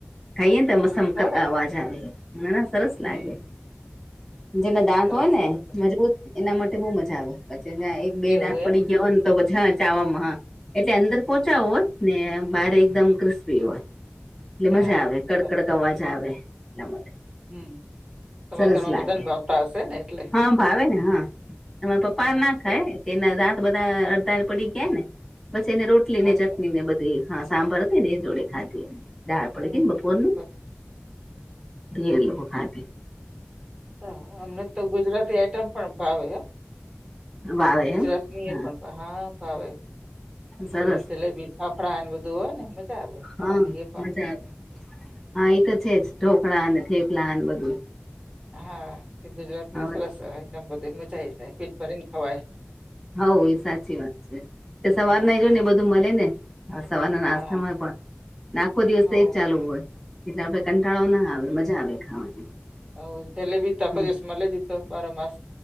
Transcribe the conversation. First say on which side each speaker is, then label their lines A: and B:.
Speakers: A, in the centre; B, on the right.
A: ખાઈએ તો
B: હા
A: મસમ
B: સારા
A: કર અવાજ આવે મને સરસ
B: હમ
A: લાગે. જેના દાંત
B: સરસ
A: હોય ને
B: તો તો
A: મજબૂત એના માટે બહુ મજા આવે પછી જા એક બે
B: એવું
A: દાંત પડી જવા ને તો પછી હા ચામાં, હા. એટલે અંદર પોહોંચા હોય, ને બારે એકદમ ક્રિસ્પી હોય. એટલે
B: એમ
A: મજા
B: હા
A: આવે
B: હા
A: કડકડ
B: બરાબર
A: અવાજ આવે એટલા માટે.
B: હમ તમારા
A: સરસ
B: ઘરમાં
A: લાગે.
B: બધાને ભાવતા હશે ને એટલે
A: હા ભાવે ને હા. એમાં પપ
B: હા
A: પા નાખાય
B: બરોબર
A: કે રાત બધા અડધા પડી ગયા ને, પછી એને રોટલી ને
B: અચ્છા
A: ચટણી ને બ તે હા સાંભાર હતી ને એ જોડે ખાધીને દાળ પડી
B: હમ
A: હતી ને બપોરનું
B: હમ બરોબર
A: તે લોકો ખાદી.
B: તો હા અમને તો ગુજરાતી આઈટમ પણ ભાવે હ.
A: વાવે
B: ગુજરાતની
A: એમ હા
B: એ પણ, હા ભાવે
A: હા સરસ
B: બ જલેબી ફફડા ને બધું હોય ને આવે ખાવાની
A: હા,
B: એ પણ
A: મજા આવે, હા એઈ તો છે જ ઢોકળા અને થેપલા અને બધું.
B: હા, એ ગુજરાત
A: હવે
B: ની સરસ આઈટમ બધી મચાઈ જાય પીટ ભરીને ખવાય.
A: હઉ, એ સાચી વાત છે. તે સવાર
B: હા
A: ના જો ને બધું મલે ને હા, સવારના
B: હા
A: નાસ્તામાં પણ ને નાખો દિવસ
B: હો
A: એજ ચાલુ હોય. એટલે આપે કંટાળો ના આવે, મજા આવે ખાવાની.
B: હ, ઓ જલેબી તકો
A: હમ
B: દિવસ મલે જીતો બાર માસ.